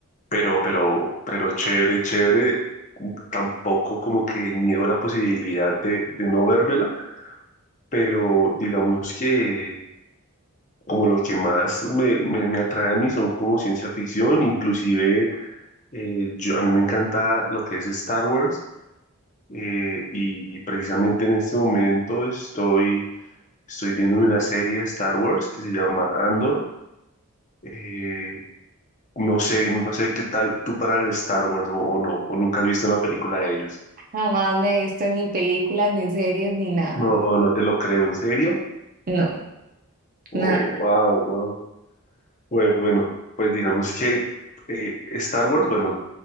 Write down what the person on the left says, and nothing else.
pero, pero, pero chévere, chévere. mm, Tampoco como que niego la posibilidad de, de no vérmela, pero digamos que como lo que más me, me, me atrae a mí son como ciencia ficción, inclusive eh, yo, a mí me encanta lo que es Star Wars eh, y, y precisamente en este momento estoy, estoy viendo una serie de Star Wars que se llama Andor. eh, no sé, no sé qué tal tú para el Star Wars o, o no, o nunca has visto una película de ellos.
No, no te lo creo, ¿en serio?
Oh,
wow, wow. Bueno, bueno, pues digamos que eh, Star Wars, bueno,